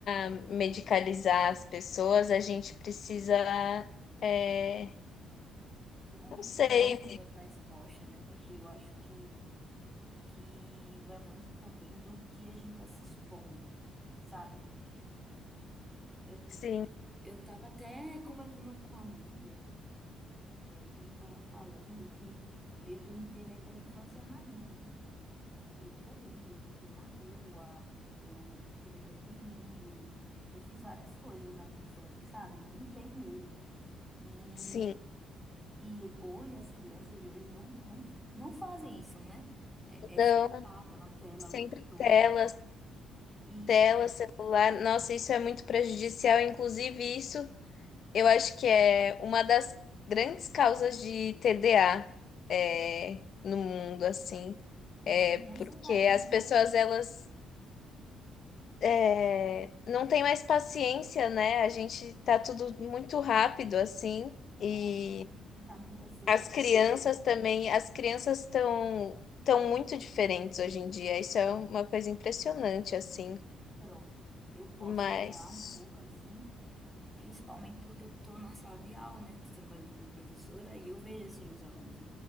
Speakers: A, on the left; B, in the centre.
A: a medicalizar as pessoas, a gente precisa, é,
B: ver o meio
A: não sei,
B: que a pessoa está exposta, né? Porque eu acho que que vai muito também do que a gente tá se expondo, sabe? Eu,
A: sim,
B: eu tava até conversando com uma amiga, é, que a gente tava falando que meio que a gente teve aquela infância raiz, de, tipo, eu corri, eu brinquei na rua, eu tomei banho de rio, eu fiz várias coisas na minha infância, sabe? Eu brinquei mesmo. E,
A: sim,
B: e hoje as crianças de hoje não, não, não fazem isso, né? É, é
A: não,
B: celular, tá na tela
A: sempre
B: o tempo todo.
A: telas,
B: Isso.
A: tela, celular. Nossa, isso é muito prejudicial. Inclusive, isso eu acho que é uma das grandes causas de TDA, é, no mundo, assim,
B: Isso
A: é
B: me dá ansiedade
A: porque
B: também.
A: as pessoas
B: né?
A: elas é, não tem mais paciência, né? A gente tá tudo muito rápido assim e
B: É, o mundo está muito acelerado.
A: as crianças também, as crianças estão estão muito diferentes hoje em dia. Isso é uma coisa impressionante assim,
B: Pronto, eu posso
A: mas
B: falar um pouco assim, principalmente porque eu estou na sala de aula, né? Estou trabalhando como professora e eu vejo assim os alunos.